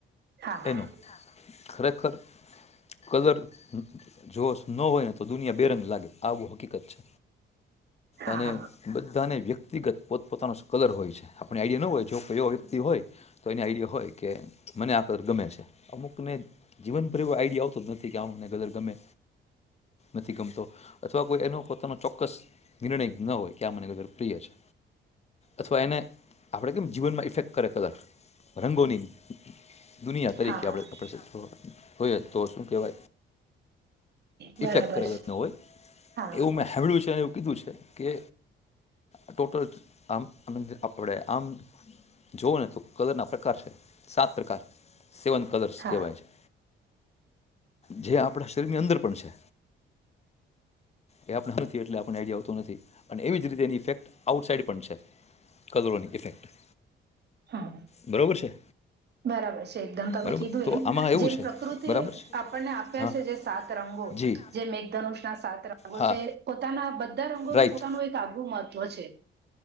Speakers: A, on the right (about 55°); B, on the left (about 30°).
A: હા હા
B: એનું ખરેખર કલર જોશ નો હોય ને તો દુનિયા બેરંગ લાગે આવું હકીકત છે
A: હા
B: અને
A: હા
B: બધાને વ્યક્તિગત પોતપોતાનો સ્કલર હોય છે આપણને આઈડિયા ન હોય જો કોઈ એવા વ્યક્તિ હોય તો એની આઈડિયા હોય કે મને આ કર ગમે છે. અમુકને જીવન પર એવો આઈડિયા આવતો જ નથી કે આ મને કલર ગમે નથી ગમતો અથવા કોઈ એનો પોતાનો ચોક્કસ નિર્ણય જ ન હોય કે આ મને કલર પ્રિય છે. અથવા એને આપણે કેમ જીવનમાં ઇફેક્ટ કરે કલર રંગોની દુનિયા તરીકે
A: હા હા
B: આપણે <unintelligible> આપણે હોઈએ તો શું કહેવાય
A: બરાબર
B: ઇફેક્ટ કરે એ
A: છે
B: રીતનો હોય
A: હા
B: એવું મેં સાભળ્યું છે અને એવું કીધું છે કે ટોટલ આમ અ આપણે આમ જોઓને તો કલર ના પ્રકાર છે. સાત પ્રકાર. સેવન કલર્સ
A: હા
B: કહેવાય છે. જે આપડા ની અંદર પણ છે. એ આપણે નથી એટલે આપણ આઈડિયા આવતું નથી અને એવી જ રીતે એની ઇફેક્ટ આઉટસાઇડ પણ છે. કલરોની ઇફેક્ટ
A: હા
B: બરોબર છે?
A: બરાબર છે. એકદમ તમે
B: બરોબર
A: કીધું
B: તો
A: એમ.
B: આમાં એવું
A: જેમ
B: છે
A: પ્રકૃતિ
B: બરાબર છે
A: આપણને આપ્યા
B: હા
A: છે જે સાત રંગો.
B: જી
A: જે મેઘધનુષના સાત રંગો
B: હા
A: છે પોતાના બધા રંગોનું
B: રાઈટ
A: પોતાનું એક આગવુ મહત્વ છે